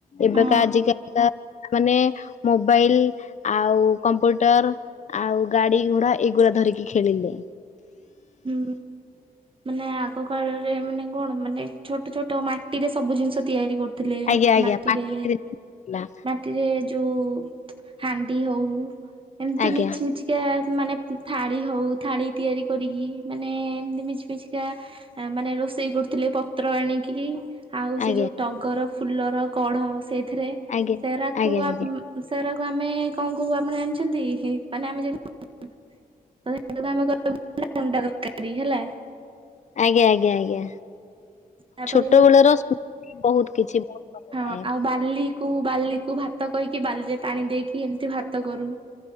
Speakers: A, on the left; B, on the right.
A: ଏବେକା
B: ହଁ
A: ଆଜିକାଲି ତ ମାନେ ମୋବାଇଲ ଆଉ କମ୍ପ୍ୟୁଟର ଆଉ ଗାଡି ଘୋଡା ଏଗୁଡା ଧରିକି ଖେଳିଲେ।
B: ହୁଁ। ମାନେ ଆଗ କାଳରେ ମାନେ କଣ ମାନେ ଛୋଟ ଛୋଟ ମାଟିରେ ସବୁ ଜିନିଷ ତିଆରି କରୁ ଥିଲେ
A: ଆଜ୍ଞା ଆଜ୍ଞା
B: ମାଟିରେ
A: ଥିଲା
B: ମାଟ ରେ ଯୋଉ ହାଣ୍ଡି ହଉ ଏମିତି
A: ଆଜ୍ଞା।
B: ମିଛି ମିଛି କେ ହାତ୍ ମାନେ ଥାଳି ହଉ ଥାଳି ତିଆରି କରିକ ମାନେ ଏମତି ମିଛ ମିଛିକା ମାନେ ରୋଷେଇ କରୁଥିଲେ ପତ୍ର ଆଣିକି ଆଉ
A: ଆଜ୍ଞା
B: ସେ ଯେଉ ଟଗର ଫୁଲର କଢ଼ ସେଇଥିରେ
A: ଆଜ୍ଞା
B: ସେରାକୁ
A: ଆଜ୍ଞା ଆଜ୍ଞା
B: ଆପ ଉଁ ସେରାକୁ ଆମେ କଣ କହୁ ଆପଣ ଜାଣିଚନ୍ତି ମାନେ ଆମେ ଯଦି ସେ ଆମେ ଅଣ୍ଡା ତରକାରୀ ହେଲା।
A: ଆଜ୍ଞା ଆଜ୍ଞା ଆଜ୍ଞା।
B: ତାପରେ
A: ଛୋଟ ବଳର ସ୍ମ ବହୁତ କିଛିଥାଏ।
B: ହଁ ଆଉ ବାଲିକୁ ବାଲିକୁ ଭାତ କହିକି ବାଲିରେ ପାଣି ଦେଇକି ଏମିତି ଭାତ କରୁ।